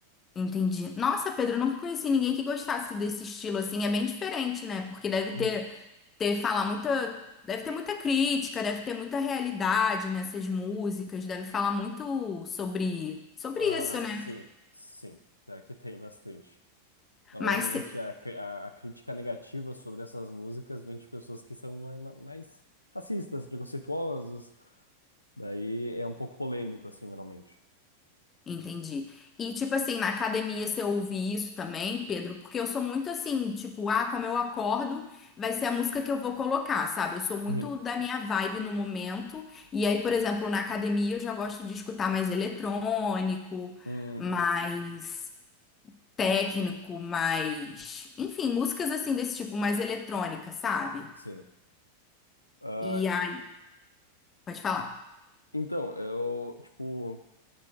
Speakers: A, on the left; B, on the left.
A: Entendi. Nossa, Pedro, eu nunca conheci ninguém que gostasse desse estilo assim, é bem diferente, né? Porque deve ter
B: Uhum.
A: ter falar muita, deve ter muita crítica, deve ter muita realidade nessas músicas, deve falar muito sobre sobre
B: Ah,
A: isso, né?
B: sim, sim. Pior que tem bastante. Normalmente
A: Mas
B: a, cri- a, a crítica negativa sobre essas músicas vem de pessoas que são mais, mais racistas, preconceituosas. Daí é um pouco polêmico, assim, normalmente.
A: Entendi. E, tipo assim, na academia você ouve isso também, Pedro? Porque eu sou muito assim, tipo, ah, como eu acordo, vai ser a música que eu vou colocar, sabe? Eu sou muito
B: Uhum.
A: da minha vibe no momento. E aí, por exemplo, na academia eu já gosto de escutar mais eletrônico,
B: Uhum.
A: mais técnico, mais. Enfim, músicas assim desse tipo, mais eletrônica, sabe?
B: Sim. Ah,
A: E aí, pode falar.
B: então, eu, tipo,